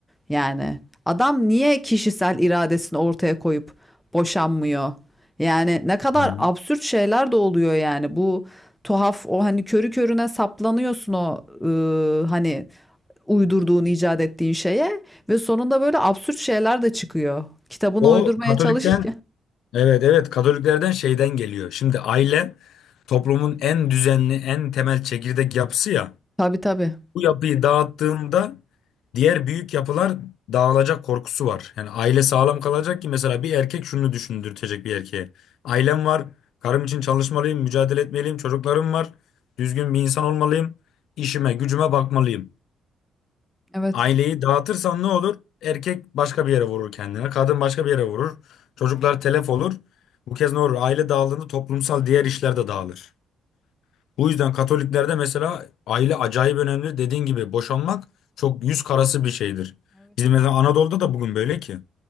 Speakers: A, in the centre; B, on the left.
A: Yani adam niye kişisel iradesini ortaya koyup boşanmıyor? Yani ne kadar
B: Hı hı.
A: absürt şeyler de oluyor yani bu tuhaf o hani körü körüne saplanıyorsun o ıı, hani uydurduğun icat ettiğin şeye ve sonunda böyle absürt şeyler de çıkıyor. Kitabını
B: O
A: uydurmaya
B: Katolik'ten
A: çalışırken.
B: Evet evet Katoliklerden şeyden geliyor. Şimdi aile toplumun en düzenli, en temel çekirdek yapısı ya.
A: <laughs> Tabii tabii.
B: Bu yapıyı dağıttığında diğer büyük yapılar dağılacak korkusu var. Yani aile sağlam kalacak ki mesela bir erkek şunu düşündürtecek bir erkeğe. Ailem var, karım için çalışmalıyım, mücadele etmeliyim, çocuklarım var, düzgün bir insan olmalıyım, işime, gücüme bakmalıyım.
A: Evet.
B: Aileyi dağıtırsan ne olur? Erkek başka bir yere vurur kendine. Kadın başka bir yere vurur. Çocuklar telef olur. Bu kez ne olur? Aile dağıldığında toplumsal diğer işler de dağılır. Bu yüzden Katoliklerde mesela aile acayip önemli. Dediğin gibi boşanmak çok yüz karası bir şeydir.
A: Evet.
B: Bizim mesela Anadolu'da da bugün böyle ki.